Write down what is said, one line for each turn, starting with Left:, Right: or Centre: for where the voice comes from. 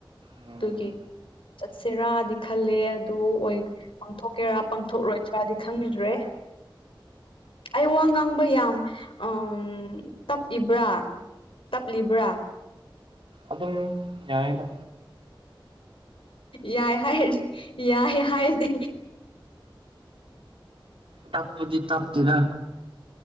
Right: ꯎꯝ
Left: ꯑꯗꯨꯒꯤ ꯆꯠꯁꯤꯔꯥꯗꯤ ꯈꯜꯂꯦ ꯑꯗꯨ ꯑꯣꯏ ꯄꯥꯡꯊꯣꯛꯀꯦꯔꯥ ꯄꯥꯡꯊꯣꯛꯔꯣꯏꯗ꯭ꯔꯥꯗꯤ ꯈꯪꯗ꯭ꯔꯦ ꯑꯩ ꯋꯥ ꯉꯥꯡꯕ ꯌꯥꯝ ꯑꯝ ꯇꯞꯏꯕ꯭ꯔꯥ ꯇꯞꯂꯤꯕ꯭ꯔꯥ
Right: ꯑꯗꯨꯝ ꯌꯥꯌꯦꯗ
Left: ꯌꯥꯏ ꯍꯥꯏꯌꯦ ꯌꯥꯏ ꯍꯥꯏꯗꯦ
Right: ꯇꯞꯄꯗꯤ ꯇꯞꯇꯦꯗ